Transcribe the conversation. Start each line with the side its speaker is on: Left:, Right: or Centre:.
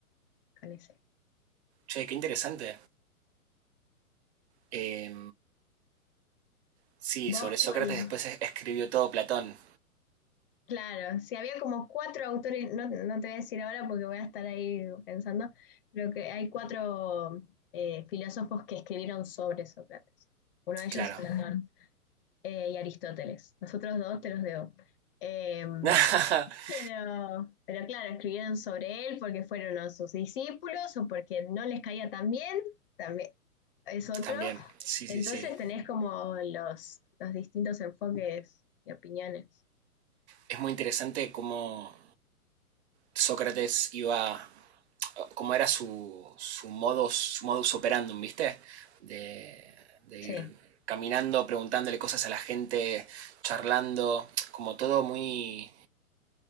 Left: con ese.
Right: Che, qué interesante. Eh, Sí,
Left: ¿Vos
Right: sobre Sócrates
Left: cuál?
Right: después es- escribió todo Platón,
Left: Claro, si había como cuatro autores, no, no te voy a decir ahora porque voy a estar ahí pensando, pero que hay cuatro eh, filósofos que escribieron sobre Sócrates. Uno de ellos
Right: claro.
Left: es Platón eh, y Aristóteles. Los otros dos te los debo. Em,
Right: <laughs>
Left: Pero, pero claro, escribieron sobre él porque fueron a sus discípulos o porque no les caía tan bien, también es otro.
Right: También, sí,
Left: Entonces
Right: sí, sí.
Left: tenés como los, los distintos enfoques y opiniones.
Right: Es muy interesante cómo Sócrates iba, cómo era su, su modus, su modus operandum, ¿viste? De, de
Left: Sí.
Right: ir caminando, preguntándole cosas a la gente, charlando, como todo muy,